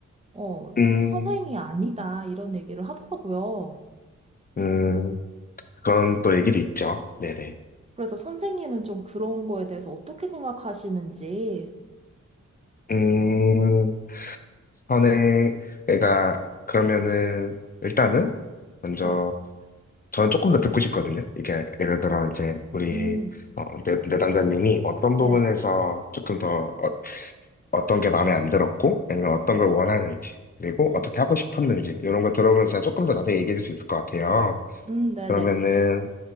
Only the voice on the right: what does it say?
어,
선행이 아니다, 이런 얘기를 하더라고요.
그래서 선생님은 좀 그런 거에 대해서 어떻게 생각하시는지.
네.
음,
네.
음,
음, 네네.